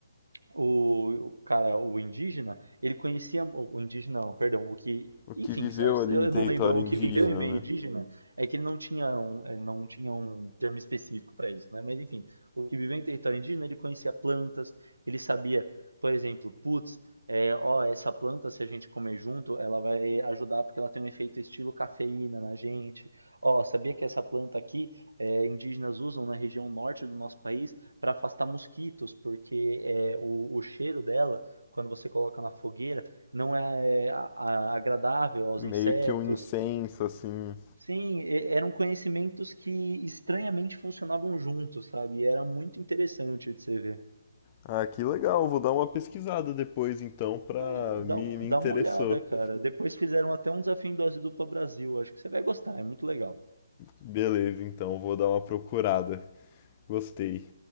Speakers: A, on the right (about 85°); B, on the left (about 30°).
A: o, o cara, o indígena, ele conhecia. O indígena, não, perdão, o que.
B: O que
A: Enfim,
B: viveu ali
A: eu
B: em território
A: não lembro. O
B: indígena,
A: que viveu em meio
B: né?
A: indígena é que ele não tinha um, eh, não tinha um termo específico para isso, né? Mas enfim, o que viveu em território indígena, ele conhecia plantas, ele sabia, por exemplo, putz, é, ó, essa planta, se a gente comer junto, ela vai ajudar porque ela tem um efeito estilo cafeína na gente. Ó, sabia que essa planta aqui, é, indígenas usam na região norte do nosso país para afastar mosquitos, porque é, o, o cheiro dela, quando você coloca na fogueira, não é é, a- a- agradável aos
B: Meio
A: insetos.
B: que um incenso, assim.
A: Sim, e- eram conhecimentos que estranhamente funcionavam juntos, sabe? E era muito interessante de você ver.
B: Ah, que legal, vou dar uma pesquisada depois então pra.
A: Eh, Dá,
B: Me,
A: um-
B: me interessou.
A: dá uma olhada, cara. Depois fizeram até um desafio em dose dupla Brasil. Acho que você vai gostar, é muito legal.
B: Beleza, então vou dar uma procurada. Gostei.